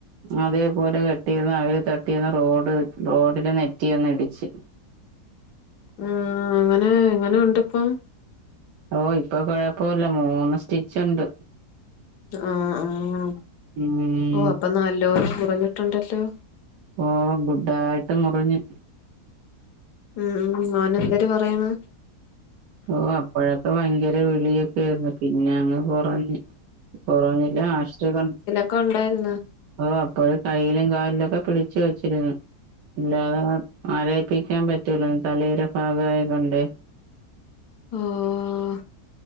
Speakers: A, on the right; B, on the left.
A: അതേപോലെ കെട്ടിര്ന്ന് അ തട്ടിന്ന് റോഡ് റോഡില് നെറ്റി ഒന്ന് ഇടിച്ച്
B: ആഹ് അങ്ങനെ എങ്ങനെണ്ട് ഇപ്പം
A: ഓ ഇപ്പൊ കൊഴപ്പോല്ല മൂന്ന് സ്റ്റിച്ച് ഉണ്ട്
B: ആഹ് ആഹ്
A: ഉം
B: ഓ അപ്പൊ നല്ലോരു കുറഞ്ഞിട്ടുണ്ടല്ലോ
A: ഓ ഗുഡായിട്ട് മുറിഞ്ഞി
B: ഉം ഉം മോൻ എന്തര് പറയണ്
A: ഓ അപ്പഴൊക്കെ ഭയങ്കര വിളിയൊക്കൊയിരുന്നു പിന്നെ അങ്ങ് കുറഞ്ഞ് കൊറോഞ്ഞില്ല <unintelligible>
B: ക്കെണ്ടായിര്ന്ന്
A: ഓ അപ്പോഴ് കൈയ്യിലും കാലിലൊക്കെ പിടിച്ചു വെച്ചിരുന്നു ഇല്ലാ ആരയിപ്പിക്കാൻ പറ്റൂല തലയുടെ ഭാഗായതോണ്ട്
B: ആഹ്